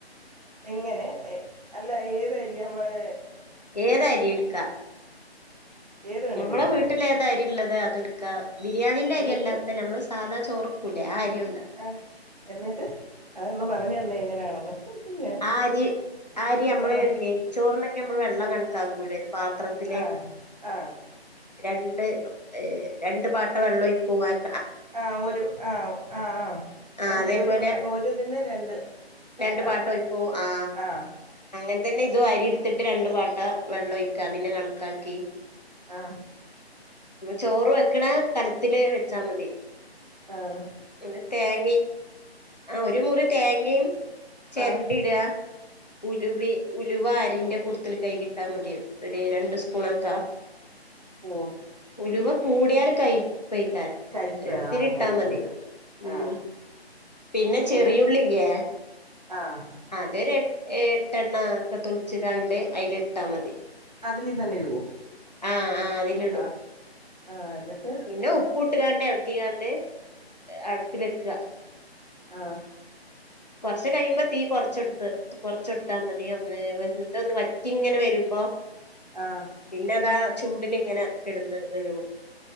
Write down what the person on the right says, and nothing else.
എങ്ങനെ അല്ല ഏതരിയാ മള്
ഏത് വേണേലും
എടുക്കാവോ
എന്നിട്ട്
ആഹ് എന്നിട്ട് അതൊന്ന് പറഞ്ഞന്നേ എങ്ങനെയാണെന്ന് ഞാൻ
ആഹ്
ആഹ് ആഹ്
ആഹാ ഒരു ആഹാ ആ ആ
ഒ
ഒരു ഒരുതിന് രണ്ട്
അങ്ങനാണോ
ആഹ്
ആഹ്
ആഹാ
ആഹ്
ഹൊ
കയ്പ്പ് ആഹ്
കയ്പ്പ്
വരും ആഹ്
എന്നിട്ട് ആഹ്
അതിലിതന്ന ഇടുവോ?
ആഹ് ആഹ് എന്നിട്ട്
ആഹാ
ആഹാ